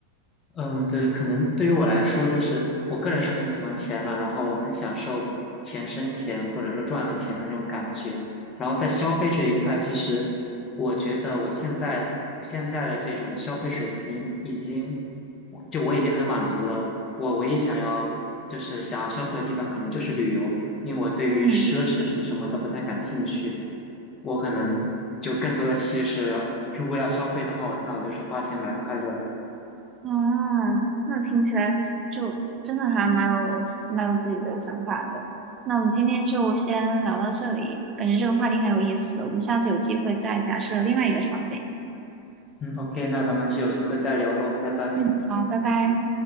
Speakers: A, on the left; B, on the right.
A: 嗯，对，可能对于我来说，就是我个人是很喜欢钱的，然后我很享受钱生钱或者说赚钱的那种感觉。然后在消费这一块，其实我觉得我现在我现在的这种消费水平已经，我就我已经很满足了。我唯一想要就是想要消费的地方，可能就是旅游，因为我对于奢侈品什么的不太感兴趣。
B: 嗯，
A: 我可能就更多的其实，如果要消费的话，我那我就是花钱买快乐了。
B: 啊，那听起来就真的还蛮有蛮有自己的想法的。那我们今天就先聊到这里，感觉这个话题很有意思，我们下次有机会再假设另外一个场景。
A: 嗯，OK，那咱们就有机会再聊喽，拜拜。
B: 嗯，好，拜拜。